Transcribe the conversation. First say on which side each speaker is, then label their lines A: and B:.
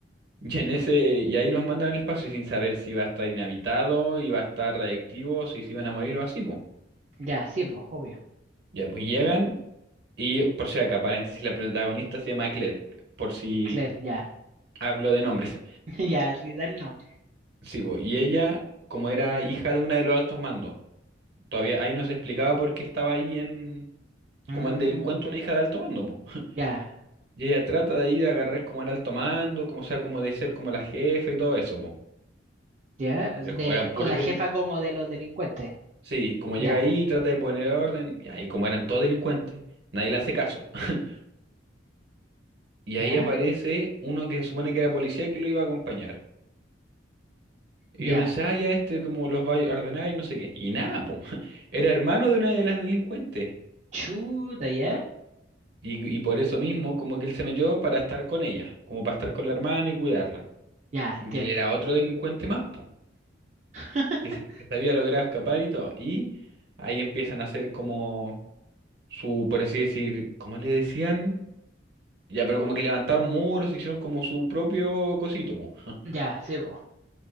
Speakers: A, on the right; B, on the right.
A: Y, en ese, y ahí los mandan al espacio sin saber si va a estar inhabitado, y va a estar radiactivo, si se iban a morir o así, pues.
B: Ya, sí, pues, obvio.
A: Ya, pues llegan, y por si acá, paréntesis, la protagonista se llama Claire, por si
B: Claro, ya,
A: hablo de nombres.
B: <laughs> ya, sí, dale nomás.
A: Sí, po, y ella, como era hija de una de los altos mandos, todavía ahí no se explicaba por qué estaba ahí en,
B: Mm,
A: como en delincuente una hija de alto mando, pues.
B: ya,
A: Y ella trata de ahí de agarrar como era el tomando como sea, como de ser como la jefa y todo eso, po.
B: ya,
A: Pero
B: de-
A: como eran puros
B: con la
A: del...
B: jefa como de los delincuentes.
A: Sí, como llega
B: Ya,
A: ahí, trata de poner orden, y ahí como eran todos delincuentes, nadie le hace caso. <laughs> Y
B: ya,
A: ahí aparece uno que se supone que era policía que lo iba a acompañar. Y
B: ya.
A: yo pensé, ah, ya este como los va a ordenar y no sé qué. Y nada, po. <laughs> Era hermano de una de las delincuentes.
B: Chuta, ya,
A: Y, y por eso mismo, como que él se metió para estar con ella, como para estar con la hermana y cuidarla.
B: ya, entiendo.
A: Y él era otro delincuente más, po.
B: <laughs>
A: que, se- que se había logrado escapar y todo. Y ahí empiezan a hacer como su, por así decir, ¿cómo le decían? Ya, pero como que levantaron muros, hicieron como su propio cosito, po. <laughs>
B: Ya, sí, po.